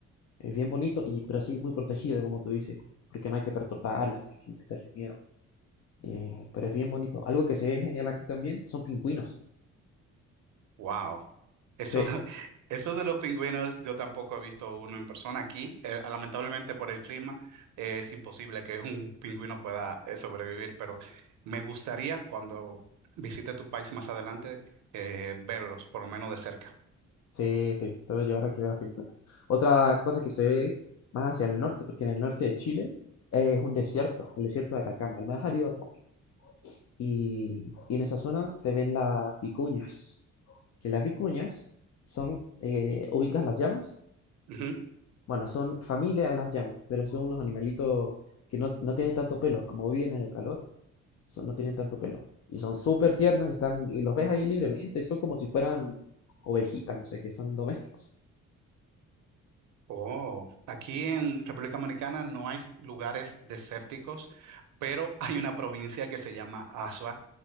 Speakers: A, on the left (about 55°); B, on the right (about 75°).
A: eh, bien bonito, y, pero sí muy protegido, como tú dices, porque no hay que perturbarla, ni hay que meterle miedo. Eh, pero es bien bonito. Algo que se ve genial aquí también son pingüinos.
B: Wow. Eso,
A: Sí,
B: de- <laughs> eso de los pingüinos, yo tampoco he visto uno en persona aquí. Eh, ah, lamentablemente por el clima, eh, es imposible que <laughs> un pingüino pueda eh, sobrevivir, pero me gustaría cuando visite tu país más adelante, eh, verlos, por lo menos de cerca.
A: sí, sí, te voy a llevar a que veas pingüinos. Otra cosa que se ve más hacia el norte, porque en el norte de Chile es un desierto, el desierto de Atacama, el más árido del mundo. Y, y en esa zona se ven las vicuñas, que las vicuñas son, eh, ubicas las llamas,
B: Ujú.
A: Bueno, son familia de las llamas, pero son unos animalitos que no, no tienen tanto pelo. Como viven en el calor, son- no tienen tanto pelo. Y son súper tiernos y, están, y los ves ahí libremente. Son como si fueran ovejitas, no sé, que son domésticos.
B: Oh, aquí en República Dominicana no hay lugares desérticos, pero hay una provincia que se llama Asua